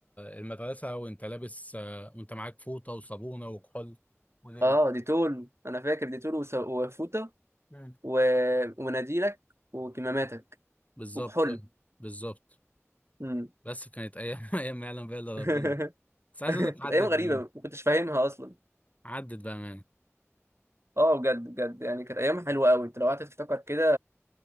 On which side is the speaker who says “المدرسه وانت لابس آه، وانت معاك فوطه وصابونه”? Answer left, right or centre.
Left